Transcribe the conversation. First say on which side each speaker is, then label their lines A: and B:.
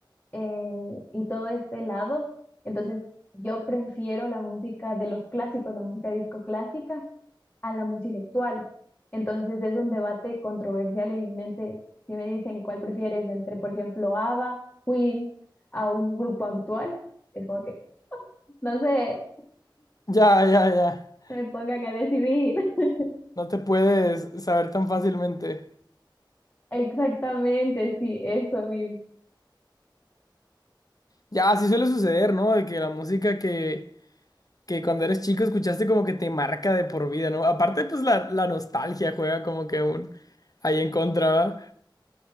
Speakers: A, on the left; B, on the left.
A: eh, y todo este lado. Entonces, yo prefiero la música de los clásicos, la música disco clásica, a la música actual. Entonces, es un debate controversial en mi mente. Si me dicen cuál prefieres entre, por ejemplo, ABBA, Queen, a un grupo actual, es como que, no sé,
B: Ya, ya, ya.
A: me pongan a decidir. <laughs>
B: No te puedes saber tan fácilmente.
A: Exactamente, sí, eso mismo.
B: Ya, así suele suceder, ¿no? De que la música que, que cuando eres chico escuchaste como que te marca de por vida, ¿no? Aparte, pues la, la nostalgia juega como que un ahí en contra, ¿verdad?